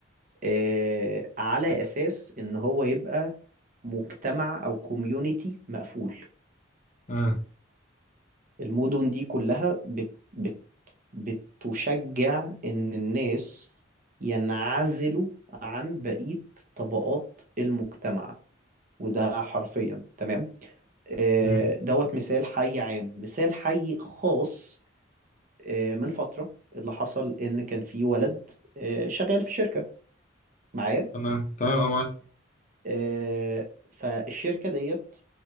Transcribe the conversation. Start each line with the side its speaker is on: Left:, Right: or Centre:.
Right: آه، على أساس إن هو يبقى مجتمع أو كوميونيتي مقفول
Left: مم.
Right: المدن دي كلها بت بت بتشجع إن الناس ينعزلوا عن بقية طبقات المجتمع وده حرفيا تمام آه،
Left: مم.
Right: دوت مثال حي عام مثال حي خاص آه، من فترة اللي حصل إن كان في ولد آه، شغال في شركة معايا
Left: تمام تمام أنا معاك
Right: آه، فالشركة ديت